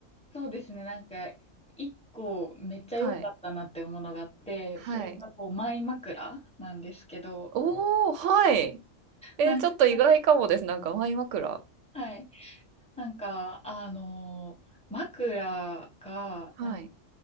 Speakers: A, in the centre; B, on the right.
A: そうですね。なんか、一個めっちゃ良かったなってものがあって、
B: はい。はい。
A: それがこう、マイ枕なんですけど、
B: おお、はい。えー、
A: なん、
B: ちょっと意外かもです。なんかマイ枕。
A: はい。なんか、あのク枕が、
B: はい。
A: なん